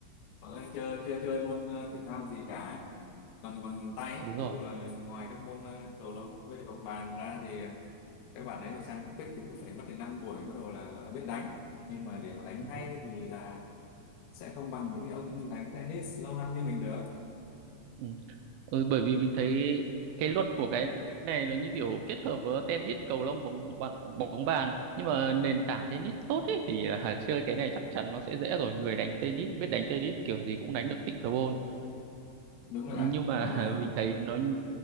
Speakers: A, on the left (about 80°); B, on the right (about 80°).
A: uh, chơi chơi chơi môn ờ, thể thao gì cả bằng bằng tay ấy.
B: đúng
A: ví
B: rồi.
A: dụ là ngoài các môn ờ, cầu lông với lại bóng bàn ra thì các bạn ấy mà sang pick thì cũng phải mất đến 5 buổi bắt đầu là gọi là biết đánh nhưng mà để mà đánh
B: Đúng
A: hay
B: rồi.
A: thì là sẽ không bằng những ông đánh tennis lâu năm như mình được
B: Ừ. Ừ, bởi vì mình thấy cái luật của cái này nó như kiểu kết hợp với tennis, cầu lông, bóng bóng, bóng bàn nhưng mà nền tảng tennis tốt ấy thì là <laughs> chơi cái này chắc chắn nó sẽ dễ rồi. Người đánh tennis biết đánh tennis kiểu gì cũng đánh được pickleball
A: đúng
B: nhưng
A: rồi bạn
B: mà
A: và
B: <laughs> mình thấy nó